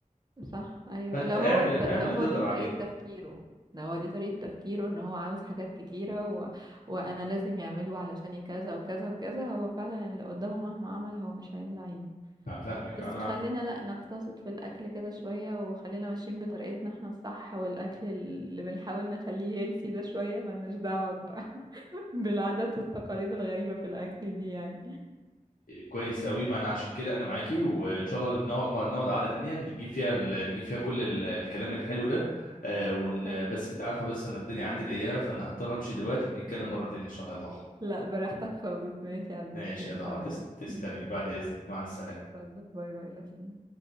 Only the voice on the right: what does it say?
صح ايوه
لو
هو الت...
لو
هو
دي
طريقة تفكيره لو هو دي طريقة تفكيره ان هو عاوز حاجات كتيرة و... وانا لازم يعمله علشان كذا وكذا وكذا هو فعلا اللي قدامه مهما عمل هو مش هيملى عينه
بس
خلينا لا نقتصد في الاكل كده شوية وخلينا ماشيين بطريقتنا احنا الصح والاكل اللي بنحاول نخليه هيلسي ده شوية ملناش دعوة ب... <laughs> بالعادات والتقاليد الغريبة في الاكل دي يعني
أيوة.
لا براحتك خالص ماشي يا عبد
الرحيم
تمام
<laughs>
اتفضل باي باي لسلام